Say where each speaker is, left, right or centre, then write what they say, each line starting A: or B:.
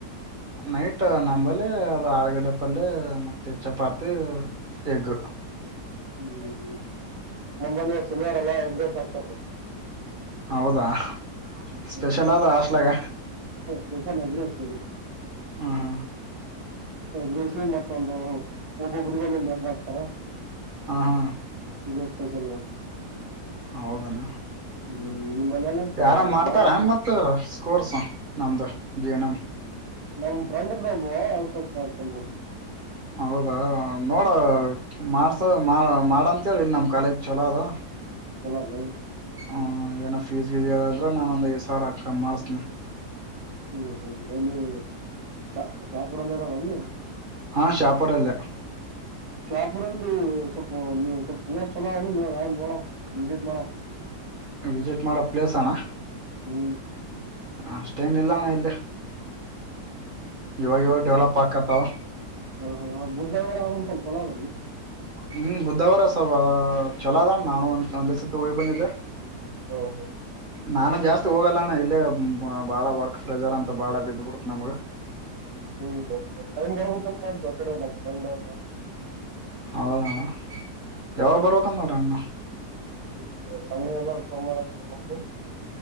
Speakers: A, on the right (about 35°); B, on the right (about 60°).
A: ನೈಟ್ ನಂಬಲ್ಲಿ ಅದು ಆಲಗಡೆ ಪಲ್ಯ ಮತ್ತೆ ಚಪಾತಿ ಎಗ್
B: ಹ್ಮ್ ನಂಬಲ್ಲಿ ಶನಿವಾರ ಅಲ್ಲಾ ಎಗ್ರೈಸ್ ಆಗ್ತಾರ
A: ಹೌದಾ ಸ್ಪೆಷಲ್
B: ಹ್ಮ
A: ಆದ ಹಾಸ್ಟೇಲ್ ಆಗ
B: ಸ್ಪೆಷಲ್ ಎಗ್ ರೈಸ್
A: ಹ ಹಾ
B: ಎಗ್ರೇಸ್ ಮತ್ತೊಂದು ಒಬ್ಬೊಬ್ಬರಿಗೂ ಒಂದೊಂದು ಎಗ್ ಹಾಕ್ತಾರೆ
A: ಹಾ ಹಾ
B: ಇದೆ ಸ್ಪೆಷಲ್
A: ಹೌ ಅಣ್ಣ
B: ಹ್ಮ್ ನಿಮ್ಮಲ್ಲಿ ಏನ್ ಹಾಕ್ತಾರ
A: ಯಾರ ಮಾಡ್ತಾರ
B: ನಾ
A: ಮತ್ ಸ್ಕೋರ್ಸ ನಮ್ದು ಹೇ ನಮ್
B: ನಮ್ ಫ್ರೆಂಡ್ ಇದ್ದ ಒಬ್ಬ ಅದ್ಕ
A: ಹೌದ ನೋಡ ಮಾರ್ ದೋ ಮಾಡ್ ಮಾಡಂತ ಹೇಳಿಲ್ ನಮ್ ಕಾಲೇಜ್ ಚಲೋ ಅದು
B: ಚೊಲೋ ಆದ
A: ಹ್ಮ ಏನೋ ಫೀಸ್ ಗೀಸ್ ಏನಂದ್ರ ನಾನ್ ಒಂದ್ ಐವತ್ ಸಾವಿರ ಕಮ್ಮ ಮಾಡಸ್ತೀನ್
B: ಹ್ಮ್ ಹ್ಮ್ ಎಲ್ಲಿ ಶ ಶಾಪುರಲ್ಲಿ ಇರದನ್ ನೀವು ಅಲ್ಲ
A: ಹಾಂ ಶಾಪುರಲ್ಲೇ
B: ಶಾಪುರಲ್ಲ ಸ್ವಲ್ಪ ಸ್ವಲ್ಪ ಪುನಿಯ ಚೊಲ ಯಾರ ನೋಡ ವಿಸಿಟ್ ಮಾಡ
A: ವಿಸಿಟ್ ಮಾಡಪ್ ಪ್ಲೇಸ್ಣ್ಣ
B: ಹ್ಮ್
A: ಅಷ್ಟೇನಿಲ್ಲಣ ಇಲ್ಲಿ ಇವಾಗ್ ಇವಾಗ್ ಡೆವಲಪ್ ಆಕ್ಕತ್ತಾವ
B: ಹ ಹ ಬುದಧವ <unintelligible>
A: ಹ್ಮ್ ಬುದ್ಧವಾರಸವ ಚಲೋದಣ್ ನಾನು ಒ ಒಂದ್ ಒಂದೇ ಸತತೀ ಹೋಗಿ ಬಂದಿದ್ದೆ
B: ಹೌದು
A: ನಾನು ಜಾಸ್ತಿ ಹೋಗಲ್ಲಣ್ಣ ಇಲ್ಲೇ ಬಾಳ ವರ್ಕ್ ಫ್ರೆಜರ್ ಅಂತ ಬಾಳ ಬಿದ್ದ್ಬಿಡ್ತ ನಮ್ಗ
B: ಹ್ಮ್ ಒಂದ ಒಂದ್ ಟೈಮರ್ಬೇಕಂತ ಮಾಡ್ದ್ ಆ ಕಡೆ ನಮ ಫ್ರಂಡ್ ಹ
A: ಹೌದಣ ಯಾವಾಗ
B: ಫ್ರೆಂಡ್
A: ಬರ್ಬೇಕ ನಡ ಅಣ್ಣ
B: ಈಗ ಸಂಡೆ ಎಲ್ಲಾ ಸೋಮರನು ಬರರ್ಬೇಕು